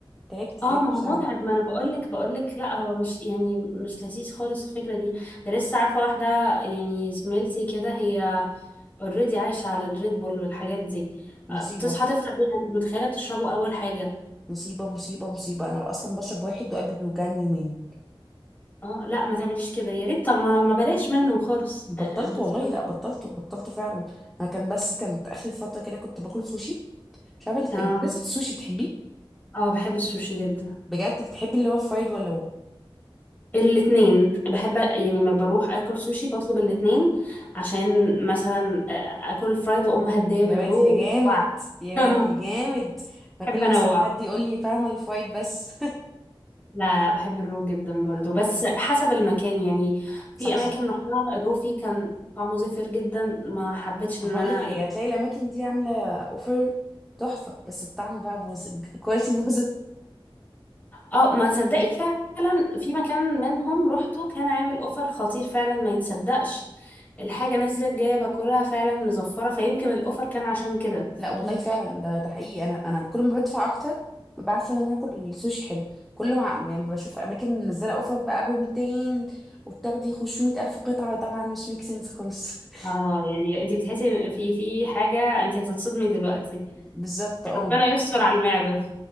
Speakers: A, in the centre; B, on the left.
A: تعبت تعبت
B: اه ما
A: بسببه
B: هو متعب ما انا بقول لك بقول لك لا هو مش يعني مش لذيذ خالص الفكره دي ده لسه عارفه واحده يعني زميلتي كده هي اوريدي عايشه على الريد بول والحاجات دي
A: مصيبة
B: آه، بتصحى تفطر بيها انت متخيله بتشربه اول حاجه
A: مصيبة مصيبة مصيبة أنا أصلا بشرب واحد وقلبي بيوجعني يومين
B: اه لا ما تعمليش كده يا ريت طب ما ما بلاش منه خالص
A: بطلت
B: آه، بتشرب
A: والله لا بطلت بطلت فعلا أنا كان بس كانت آخر فترة كده كنت باكل سوشي مش عارفة أنت
B: اه
A: بالنسبة السوشي بتحبيه
B: اه بحب السوشي جدا
A: بجد بتحبي اللي هو فرايد ولا هو
B: الاتنين بحب يعني ما بروح اكل سوشي بطلب الاتنين عشان مثلا آه، اكل الفرايد واقوم هديه
A: يا
B: بالرو
A: واد يا جامد يا
B: <laughs>
A: واد يا جامد أنا
B: بحب
A: كل
B: انوع
A: مثلا حد يقول لي فاهمة الفرايد بس
B: لا لا بحب الرو جدا برضو
A: <laughs>
B: بس حسب المكان يعني
A: صح
B: في اماكن
A: صح
B: رحتها الرو فيه كان طعمه زفر جدا ما حبيتش
A: هقول
B: ان انا
A: لك حاجة هتلاقي الأماكن دي عاملة أوفر تحفة بس الطعم بقى بوظ الكواليتي بوظ
B: اه ما تصدقي فعلا في مكان منهم روحته كان عامل اوفر خطير فعلا ما يتصدقش الحاجه نزلت جايه باكلها فعلا مزفره فيمكن الاوفر كان عشان كده
A: لا والله
B: <laughs>
A: فعلا ده ده حقيقي انا انا كل ما بدفع اكتر ببقى عارفه ان انا هاكل السوشي حلو كل ما ع- يعني بشوف اماكن منزله اوفر بقى ب 200 وبتاخدي خشوا 100000 الف قطعه طبعا مش ميك سنس خالص <laughs>
B: اه يعني انت بتحسي في في حاجة انت هتتصدمي دلوقتي
A: بالظبط اه
B: ربنا يستر على المعدة